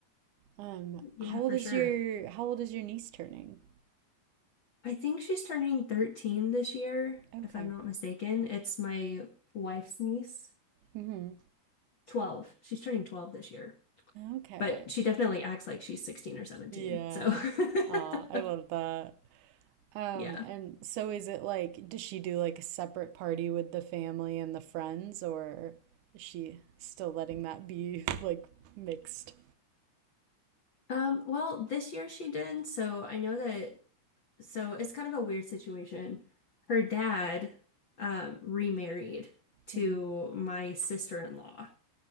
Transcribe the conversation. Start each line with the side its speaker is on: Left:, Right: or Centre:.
Right: Um,
Left: Yeah,
Right: how old
Left: for
Right: is
Left: sure.
Right: your how old is your niece turning?
Left: I think she's turning 13 this year,
Right: Okay.
Left: if I'm not mistaken. It's my wife's niece.
Right: Mm-hmm.
Left: 12. She's turning 12 this year.
Right: Okay.
Left: But she definitely acts like she's 16 or 17.
Right: Yeah.
Left: So,
Right: Aw,
Left: <laughs>
Right: I love that. Um,
Left: yeah.
Right: and so is it like, does she do like a separate party with the family and the friends, or is she still letting that be <laughs> like mixed?
Left: Um, well, this year she did. So I know that. So it's kind of a weird situation. Her dad um, remarried to
Right: Mhm.
Left: my sister-in-law.